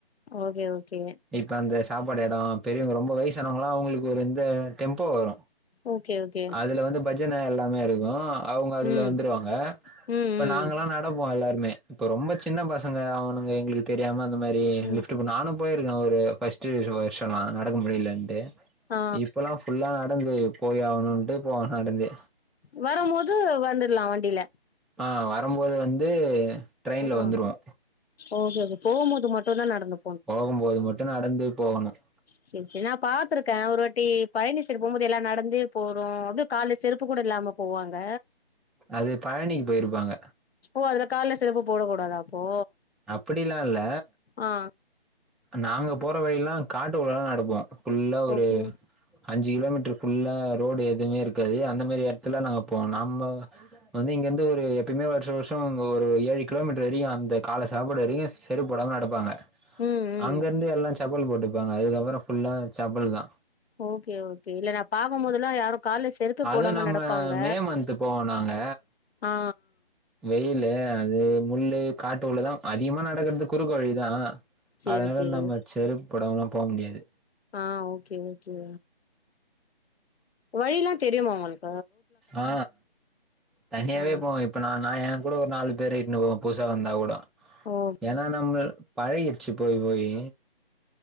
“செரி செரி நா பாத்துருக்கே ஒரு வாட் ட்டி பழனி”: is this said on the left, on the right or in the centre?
Left